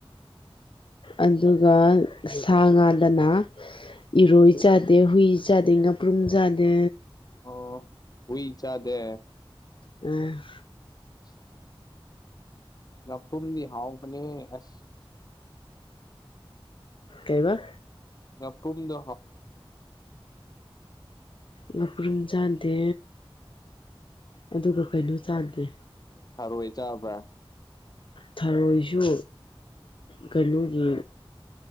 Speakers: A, on the left; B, on the left.
A: ꯑꯗꯨꯒ ꯁꯥ ꯉꯥꯗꯅ ꯏꯔꯣꯏ ꯆꯥꯗꯦ ꯍꯨꯏ ꯆꯥꯗꯦ ꯑꯗꯩ ꯉꯥꯄ꯭ꯔꯨꯝ ꯆꯥꯗꯦ
B: ꯑꫭ ꯍꯨꯏ ꯆꯥꯗꯦ
A: ꯎꯝ
B: <inaudible> ꯉꯥꯄꯔꯨꯝꯗꯤ ꯍꯥꯎꯕꯅꯦ ꯑꯁ
A: ꯀꯩꯕꯥ
B: ꯉꯥꯄꯔꯨꯝꯗꫭ
A: ꯉꯥꯄꯔꯨꯝ ꯆꯥꯗꯦ ꯑꯗꯨꯒ ꯀꯩꯅꯣ ꯆꯥꯗꯦ
B: ꯊꯔꯣꯏ ꯆꯥꯕ꯭ꯔꯥ
A: ꯊꯔꯣꯏꯁꯨ ꯀꯩꯅꯣꯒꯤ